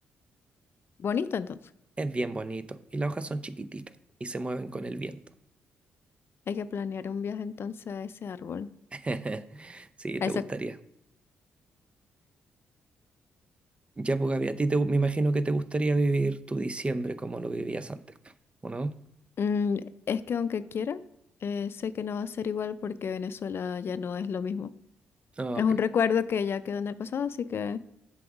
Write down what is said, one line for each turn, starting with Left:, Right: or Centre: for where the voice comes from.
Left: Bonito entonces.
Right: Es bien bonito y las hojas son chiquititas y se mueven con el viento.
Left: Hay que planear un viaje entonces a ese árbol.
Right: <laughs> Sí, te
Left: A esa...
Right: gustaría. Ya, pues Gaby, a ti te, me imagino que te gustaría vivir tu diciembre como lo vivías antes, ¿o no?
Left: Mm, es que aunque quiera, eh, sé que no va a ser igual porque Venezuela ya no es lo mismo.
Right: Ah,
Left: Es
Right: ok,
Left: un recuerdo que ya quedó en el pasado, así que